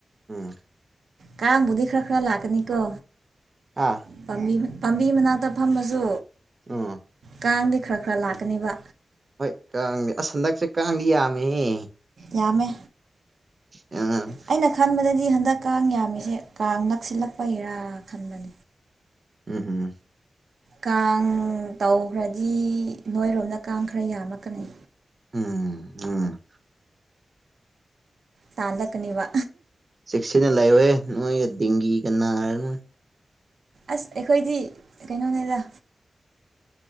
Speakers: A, on the right; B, on the right.
A: ꯎꯝ
B: ꯀꯥꯡꯕꯨꯗꯤ ꯈꯔꯥ ꯈꯔꯥ ꯂꯥꯛꯀꯥꯅꯤꯀꯣ
A: ꯑꯥ
B: ꯄꯥꯝꯕꯤ ꯄꯥꯝꯕꯤ ꯃꯅꯥꯛꯇ ꯐꯝꯃꯥꯁꯨ
A: ꯎꯝ
B: ꯀꯥꯡꯗꯤ ꯈꯔꯥ ꯈꯔꯥ ꯂꯥꯛꯀꯥꯅꯤꯕ
A: ꯍꯣꯏ ꯀꯥꯡꯗꯤ ꯑꯁ ꯍꯟꯗꯛꯁꯦ ꯀꯥꯡꯗꯤ ꯌꯥꯝꯃꯦꯍꯦ
B: ꯌꯥꯝꯃꯦ
A: ꯑꯥ
B: ꯑꯩꯅ ꯈꯟꯕꯥꯗꯥꯗ ꯗꯤ ꯍꯟꯗꯛ ꯀꯥꯡ ꯌꯥꯝꯃꯤꯁꯦ ꯀꯥꯡ ꯅꯛꯁꯤꯜꯂꯛꯄꯒꯤꯔꯥ ꯈꯟꯕꯟ
A: ꯎꯝ
B: ꯀꯥꯡ ꯇꯧꯈ꯭ꯔꯗꯤ ꯅꯣꯏꯔꯣꯝꯗꯥ ꯀꯥꯡ ꯈꯔꯥ ꯌꯥꯝꯃꯛꯀꯅꯤ
A: ꯎꯝ ꯎꯝ
B: ꯇꯥꯟꯂꯛꯀꯅꯤꯕ
A: ꯆꯦꯛꯁꯤꯟꯅ ꯂꯩꯌꯨꯍꯦ ꯅꯣꯏꯒꯥ ꯗꯦꯡꯒꯤꯒ ꯅꯥꯔꯅꯥ
B: ꯑꯁ ꯑꯩꯈꯣꯏꯗꯤ ꯀꯩꯅꯣꯅꯦꯗꯥ